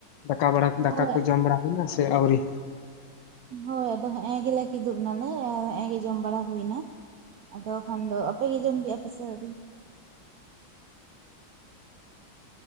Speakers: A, on the left (about 70°); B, on the right (about 80°).
A: ᱫᱟᱠᱟ ᱵᱟᱲᱟ ᱫᱟᱠᱟ
B: ᱦᱳᱭ
A: ᱠᱚ ᱡᱚᱢ ᱵᱟᱲᱟ ᱦᱩᱭᱱᱟ ᱥᱮ ᱟᱹᱣᱨᱤ?
B: ᱦᱳᱭ ᱟᱫᱚ ᱦᱮᱸ ᱜᱮᱞᱮ ᱠᱤᱫᱩᱵ ᱱᱟᱞᱮ, ᱦᱮᱜᱸ ᱜᱮ ᱡᱚᱢ ᱵᱟᱲᱟ ᱦᱩᱭ ᱮᱱᱟ᱾ ᱟᱫᱚ ᱠᱷᱟᱱ ᱫᱚ ᱟᱯᱮ ᱜᱮ ᱡᱚᱢ ᱠᱮᱫᱼᱟ ᱯᱮᱥᱮ ᱟᱹᱣᱨᱤ?